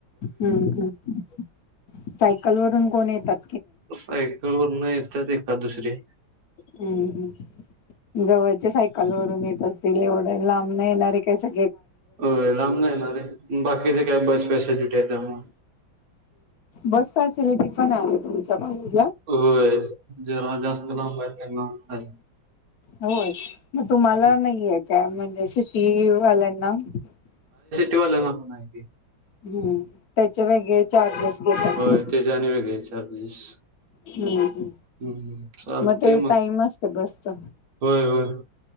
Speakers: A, on the left; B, on the right.
A: हम्म, ह् सायकल वरून कोण ये त.
B: सायकल वरून येत्यात एकाद दुसरी.
A: हम्म हम्म
B: <inaudible>
A: जवळचे सायकल वरून येत असतील एवढं लांब नाही येणारे काय सो
B: अ लांब न येणारे बाकीचे काय बस स्पेशली कुठ येता म?
A: स्वस्थ असेल तर मी पण आहे तुमच्यात ह.
B: होय. जेरा जास्त लांब आहे त्यांना आहे.
A: होय मग तुम्हाला
B: हा
A: नाही आहे काय? म्हणजे सिटीवाल्यांना <inaudible>
B: टीवाल्यांना पण हाय की.
A: हम्म. त्याचे वेगळे चार्जेस घेत असतील.
B: होय त्याचे आणि वेगळे चार्जेस.
A: हम्
B: हम्म चालतंय
A: मग ते टाईम असते बसचा.
B: होय होय